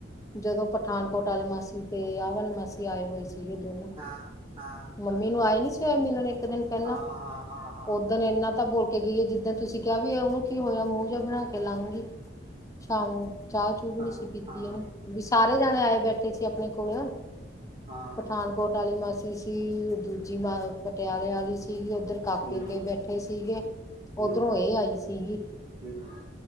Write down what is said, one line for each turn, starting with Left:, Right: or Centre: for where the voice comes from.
Left: ਜਦੋਂ ਪਠਾਨਕੋਟ ਵਾਲੀ ਮਾਸੀ ਤੇ ਆਹ ਵਾਲੇ ਮਾਸੀ ਆਏ ਹੋਏ ਸੀਗੇ ਦੋਨੋ।
Right: ਹਾਂ ਹਾਂ
Left: ਮੰਮੀ ਨੂੰ ਆਏ ਨੀ ਸੀ ਹੋਏ ਮਿਲਣ ਇੱਕ ਦਿਨ ਪਹਿਲਾਂ
Right: ਹਾਂ ਹਾਂ ਹਾਂ ਹਾਂ
Left: ਓ ਦਿਨ ਇੰਨਾ। ਤਾਂ ਬੋਲ ਕੇ ਗਈਏ ਜਿੱਦਾਂ ਤੁਸੀਂ ਕਿਹਾ ਵੀ ਉਹਨੂੰ ਕੀ ਹੋਇਆ ਮੂੰਹ ਜਿਹਾ ਬਣਾ ਕੇ ਲੰਘ ਗਈ। ਸ਼ਾਮ ਨੂੰ ਚਾਹ ਚੂ ਵੀ
Right: ਹਾਂ
Left: ਨਹੀਂ ਸੀ ਪੀਤੀ
Right: ਹਾਂ
Left: ਇਹਨੇ ਵੀ ਸਾਰੇ ਜਾਣੇ ਆਏ ਬੈਠੇ ਸੀ ਆਪਣੇ ਕੋਲ।
Right: ਹਾਂ
Left: ਪਠਾਨਕੋਟ ਵਾਲੀ ਮਾਸੀ ਸੀ ਦੂਜੀ ਮਾ ਪਟਿਆਲੇ ਵਾਲੀ ਸੀ। ਸੀਗੀ ਉ ਓਧਰ ਕਾਕੇ
Right: ਹੂੰ
Left: ਕੇ ਬੈਠੇ ਸੀਗੇ ਉ
Right: ਹੂੰ
Left: ਓਧਰੋਂ ਇਹ ਆਈ ਸੀਗੀ।
Right: ਹੂੰ